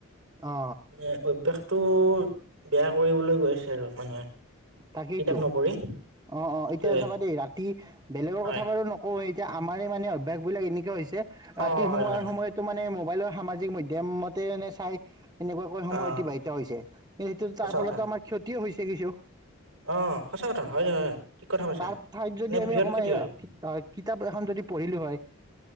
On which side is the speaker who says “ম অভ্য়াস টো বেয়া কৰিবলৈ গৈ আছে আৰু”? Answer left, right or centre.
Right